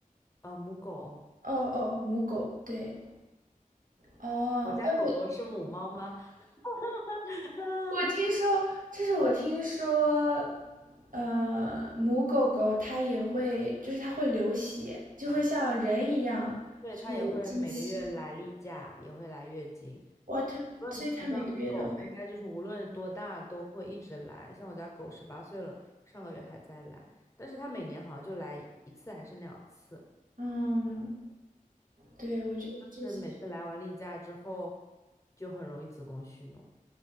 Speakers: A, on the left; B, on the right.
A: 呃，母狗，
B: 哦哦，母狗，对，哦，
A: 我家狗狗是母猫吗？
B: 哎，我
A: <laughs> 啊，
B: 我听说，就是我听说，呃，母狗狗它也会，就是它会流血，就会像人一样，
A: 对，
B: 就有经期。
A: 它也会每个月来例假，也会来月经。
B: 哇，它，
A: 论好像狗应该就是无论多大都会一直来，
B: 所以它每个月都
A: 像我家狗十八岁了，上个月还在来，但是它每年好像就来一次还是两次，
B: 嗯，对，我觉得这些，
A: 是每次来完例假之后，就很容易子宫蓄脓，